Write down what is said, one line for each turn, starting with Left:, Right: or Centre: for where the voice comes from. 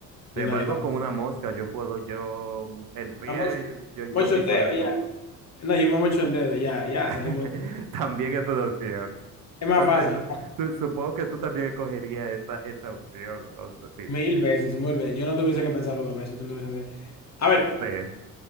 Right: Sin
Left: Yo
Right: embargo,
Left: no, yo tampoco.
Right: con una mosca yo puedo, yo, el pie,
Left: Me mocho
Right: yo, yo
Left: me mocho
Right: piso
Left: el dedo
Right: de
Left: ya.
Right: todo.
Left: No, yo me mocho el dedo ya, ya
Right: <laughs>
Left: salimos.
Right: También es una opción.
Left: Es más
Right: Entonces,
Left: fácil.
Right: su- supongo que tú también escogerías esa, esa opción. Entonces, sí,
Left: Mil veces, mil veces. Yo no tuviese que pensarlo dos veces. tú no tuviese que- A ver.
Right: sí.